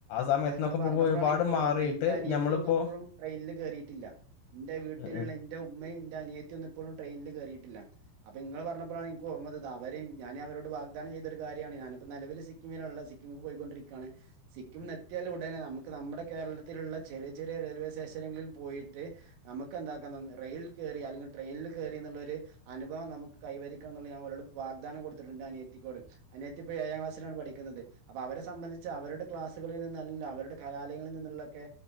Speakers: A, on the left; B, on the right.
A: സമയത്ത്
B: ആ നിങ്ങള്
A: നോക്കുമ്പോ
B: പറഞ്ഞപ്പോഴാണ്
A: ഒരുപാട്
B: എനിക്ക് ഓർമ്മ
A: മാറിയിട്ട്
B: വന്നത് എന്റെ അനിയത്തി
A: ഞമ്മളിപ്പോ
B: ഒന്നും ഇപ്പോഴും ട്രെയിനിൽ കേറിയിട്ടില്ല എന്റെ വീട്ടിലുള്ള
A: ഉം ഉം
B: എന്റെ ഉമ്മയും എന്റെ അനിയ ത്തിയൊന്നും ഇപ്പഴും ട്രെയിനിൽ കേറിയിട്ടില്ല അപ്പൊ നിങ്ങൾ പറഞ്ഞപ്പോഴാണ് എനിക്ക് ഓർമ്മ വന്നത് ഞാൻ അവരോട് വാക്ദാനം ചെയ്തൊരു കാര്യ യ ഞാന് നിലവിൽ സിക്കിമിലുള്ളത് സിക്കിമിക്ക് പോയിക്കൊണ്ടിരിക്കാണ് സിക്കിമ്
A: ഉം.
B: എ എത്തിയാൽ ഉടനെ നമുക്ക് നമ്മുടെ കേരളത്തിലുള്ള ചെറിയ ചെറിയ റെയിൽവേ സ്റ്റേഷനിൽ പോയിട്ട് നമുക്ക് എന്താ റെയിൽ കേറി അല്ലെങ്കി ട്രെയിനിൽ കേറി എന്നുള്ളൊരു ഒരു അനുഭവം നമുക്ക് കൈവരിക്കണം എന്നുള്ളത് അവരോട് വാഗ്ദാനം കൊടുത്തിട്ടുണ്ട് അനിയത്തിയോട് അനിയത്തി ഇപ്പം ഏഴാം ക്ലാസിലാണ് പഠിക്കുന്നത് അപ്പ അവരെ സംബന്ധച്ച് അവരുടെ ക്ലാസ് അല്ലെങ്കിൽ അവരുടെ കലാലയങ്ങളിൽ നിന്നുള്ളൊക്കെ